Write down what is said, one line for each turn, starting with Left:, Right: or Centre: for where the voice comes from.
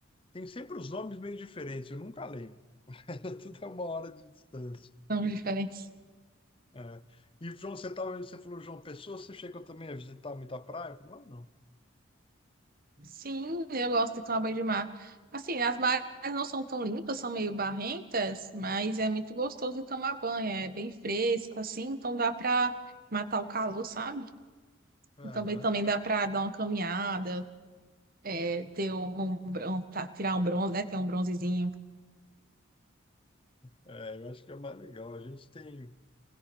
Left: Tem sempre os nomes meio diferentes, eu nunca lembro. <laughs> Era tudo a uma hora de distância.
Right: <laughs> não diferente.
Left: É. E, João, você tava, você falou, João Pessoa, você chegou também a visitar muita praia? Eu falei, Não, não.
Right: Sim, eu gosto de tomar banho de mar. Assim, as marés não são tão limpas, são meio barrentas, mas é muito gostoso de tomar banho. É bem fresco, assim, então dá para matar o calor, sabe?
Left: Aham.
Right: E Também, também dá para dar uma caminhada, é, ter um, um, bron- tá, tirar um bronze, né? Ter um bronzezinho.
Left: É, eu acho que é mais legal. A gente tem